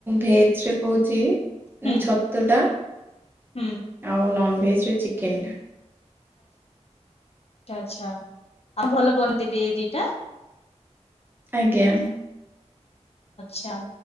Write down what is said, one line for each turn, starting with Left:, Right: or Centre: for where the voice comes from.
Right: ଭେଜ୍ରରେ କହୁଛି
Left: ହୁଁ
Right: ଛତୁଟା
Left: ହୁଁ
Right: ଆଉ ନନ୍ଭେଜେରେ ଚିକେନଟା।
Left: ଆଛା ଆଚ୍ଛା ଆଉ ଭଲ ବନନ୍ତି ବିି ଏଇ ଦିଟା
Right: ଆଜ୍ଞା।
Left: ଆଛା